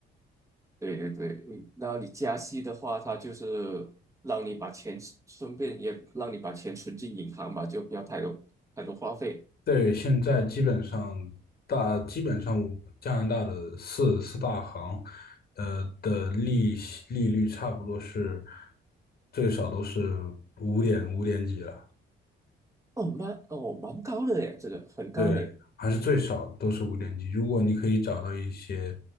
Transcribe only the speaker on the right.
对对对，嗯然后你加息的话，它就是让你把钱顺便也让你把钱存进银行吧，就不要太多太多花费。
哦，蛮哦蛮高的耶，这个很高嘞。